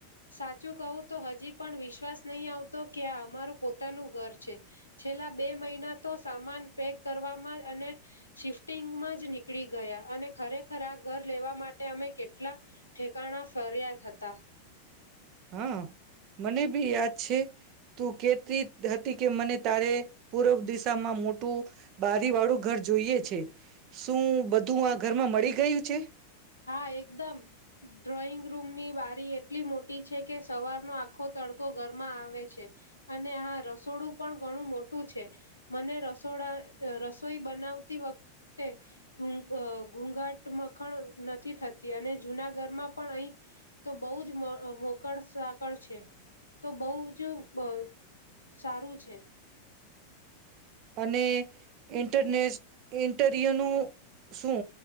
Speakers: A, on the left; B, on the right.
A: સાચું કહું તો હજી પણ વિશ્વાસ નહીં આવતો કે આ અમારું પોતાનું ઘર છે, છેલ્લા બે મહિના તો સામાન પેક કરવામાં અને, શિફ્ટિંગમાં જ નીકળી ગયા અને ખરેખર આ ઘર લેવા માટે અમે કેટલા, ઠેકાણા ફ ફરિયા જ હતા.
B: હા, મને યાદ છે, તું કેતી હતી કે મને તારે પૂર્વ દિશામાં મોટું, બારી વાળું ઘર જોઈએ છે. શું બધું આ ઘરમાં મળી ગયું છે?
A: હા એકદમ, ડ્રોઈંગ રૂમની બારી એટલી મોટી છે કે સવારનો આખો તડકો ઘરમાં આવે છે, અને હા રસોડું પણ ઘણું મોટું છે, મને રસોડા અ રસોઈ બનાવતી વખતે, ઘૂ ઘૂઘાટ મખણ નથી થતી અને જુના ઘરમાં પણ અહી, તો બહુ જ અ મોકળ સાકળ છે, તો બહુ જ બ સારું છે.
B: અને, ઇન્ટરનેસ ઇન્ટરયુનું શું?